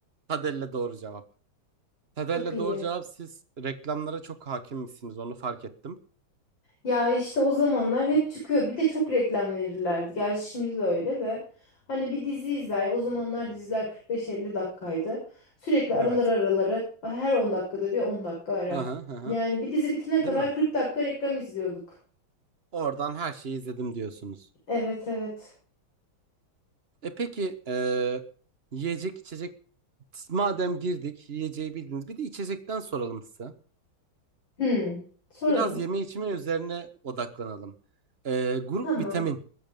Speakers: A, on the right; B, on the left.
A: Tadelle doğru cevap. Tadelle
B: Çok iyi.
A: doğru cevap siz reklamlara çok hakim misiniz onu fark ettim.
B: Ya işte o zamanlar hep çıkıyor. Bir de çok reklam verirlerdi. Gerçi şimdi de öyle de. Hani bir dizi izler. O zamanlar diziler 45-50 dakikaydı. Sürekli araları
A: Evet.
B: araları "Ah, her 10 dakikada bir 10 dakika ara.
A: Hı hı hı. hı.
B: Yani bir dizi bitene
A: Değil
B: kadar
A: mi?
B: 40 dakika reklam izliyorduk.
A: Oradan her şeyi izledim diyorsunuz.
B: Evet evet.
A: E peki e, yiyecek içecek madem girdik yiyeceği bildiniz bir de içecekten soralım size.
B: Hmm. Soralım.
A: Biraz yeme içme üzerine odaklanalım. E, grup
B: Tamam.
A: vitamin.